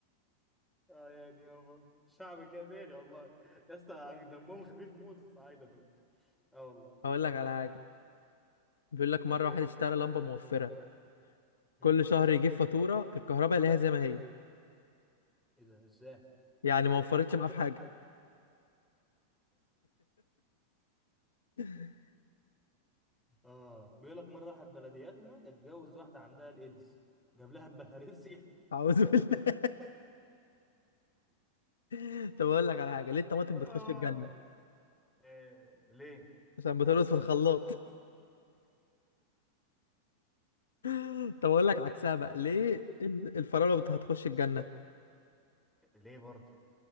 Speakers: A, in the centre; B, on the left.
A: <laughs> اه يعني يابا شعب كده تاني والله يا اسطى دمهم خفيف موت الصعايده دول اه والله
B: هقول لك على حاجه بيقول لك مره
A: ايه
B: واحد اشترى لمبه موفره كل
A: امم
B: شهر يجيب فاتوره الكهرباء اللي هي زي ما هي
A: ايه ده ازاي
B: يعني ما وفرتش معاه في حاجه <laughs>
A: اه بيقول لك مره واحد بلدياتنا اتجوز واحده عندها الايدز جاب لها البلهارسيا
B: اعوذ بالله <laughs> طب اقول لك على حاجه ليه الطماطم بتخش
A: <laughs> آه
B: الجنه
A: إيه ليه
B: عشان بترقص في الخلاط <laughs> طب اقول لك عكسها بقى ليه ال- الفراوله بت- هتخش الجنه
A: ليه برضه